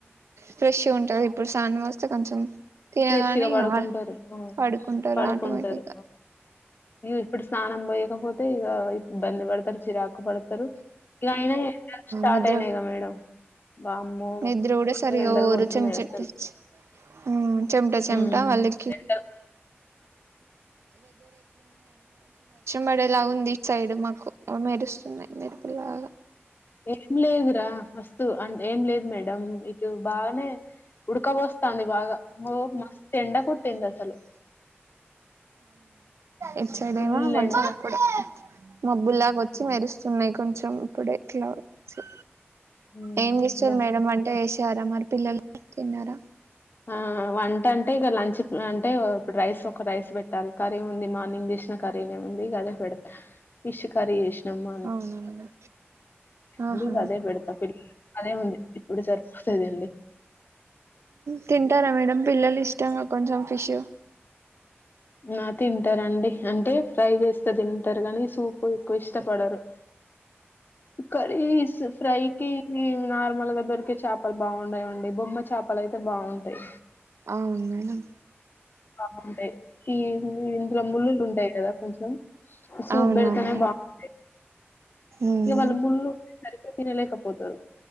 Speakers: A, on the right; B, on the left.
A: ఫ్రెష్ గ ఉంటది ఇప్పుడు స్నానం పోస్తే కొంచెం తినగానే
B: ఫ్రెష్ గా పడుకుంటారు
A: ఇగ
B: ఆ
A: పడుకుంటారు
B: పడుకుంటారు
A: ఆటోమేటిక్గా
B: ఇప్పుడు స్నానం పోయకపోతే ఇక ఇబంది పడతారు చిరాకు పడతారు ఇగ అయినా ఎండలు స్టార్ట్
A: నిద్ర
B: అయినాయి మేడం వామ్మో
A: నిద్ర గూడ
B: ఘోరంగా
A: సరిగా
B: ఎండలు
A: బొరు
B: కొడుతున్నాయి
A: చిన్న
B: అసలు
A: <unintelligible> చెమ్టా చెమ్
B: ఉమ్
A: టా వాళ్ళకి
B: ఎండలు
A: మరేలావుంది ఈ సైడ్ మాకు మెరుస్తున్నాయి మెరుపులాగా
B: ఏం లేదురా మస్తు అఅంటే ఏం లేదు మేడం ఇటు బాగానే ఉడకబస్తాంది బాగా బొ మస్తు ఎండ కొట్టింది అసలు
A: ఇటూ సైడ్
B: ఫుల్
A: ఏమో కొంచెం
B: ఎండ
A: ఇప్పుడే మబ్బులాగ వచ్చి
B: ఉ
A: మెరుస్తున్నాయి కొంచెం ఇప్పుడ ఎట్లా వచ్చి
B: ఉమ్
A: ఏం చేస్తురు
B: మస్త్
A: మేడం అంటే వేసారా మరి పిల్లలు తిన్నారా
B: ఆ వంట అంటే ఇక లంచ్ అంటే ఇప్పుడు రైస్ ఒక రైస్ పెట్టాలి ఖర్రీ ఉంది మార్నింగ్ చేసినా కర్రీనేముంది అదే పెడతా ఫిష్ కర్రీ చేేసినామ్మా
A: అవునవును ఆహా
B: అదే అదే పెడతా పిల్ల అదే ఉంది ఇప్పుడు సరిపోతుదండి
A: తింటారా మేడం పిల్లలు ఇష్టంగా కొంచెం ఫిష్
B: ఆ తింటరండి అంటే ఫ్రై చేస్తే తింటరు గనీ సూప్ ఎక్కువ ఇష్టపడరు కర్రీస్ ఫ్రైకి ఊ నార్మల్ గా దొరికే చాపలు బాగుండవండి బొమ్మ చాపలు అయితే బాగుంటాయి
A: అవును మేడం
B: బాంటాయి ఈ ఈ ఇందులో ముళ్ళులు ఉంటాయి కదా కొంచెం సూప్
A: అవునవును
B: పెడితేనే
A: మేడం
B: బాగుంటాయి
A: ఉమ్
B: ఇక వాళ్లు ముల్లులు ఉంటాయి సరిగ్గా తినలేక పోతారు